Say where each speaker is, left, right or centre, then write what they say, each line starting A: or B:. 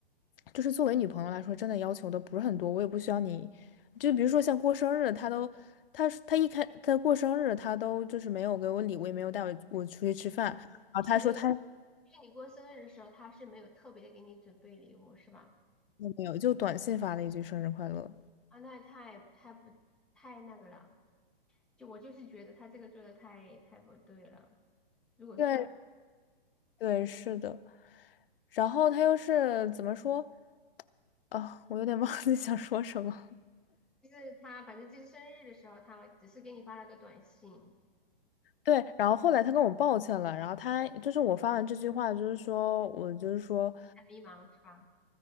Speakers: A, on the left (about 65°); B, in the centre.
A: 就是作为女朋友来说，真的要求的不是很多，我也不需要你，就比如说像过生日，他都，他他一开他过生日，他都就是没有给我礼物，也没有带我我出去吃饭，然后他说他
B: 就是没有，就是你过生日的时候，他是没有特别的给你准备礼物，是吧？
A: 也没有，就短信发了一句生日快乐。
B: 啊，那太太不太那个了，就我就是觉得他这个做的太太不对了。如果就
A: 对对，是的。然后他又是怎么说？啊，我有点忘记想说什么。
B: 就是他，反正就是生日的时候，他只是给你发了个短信，
A: 对，然后后来他跟我抱歉了，然后他就是我发完这句话，就是说我就是说。
B: 很迷茫，是吧？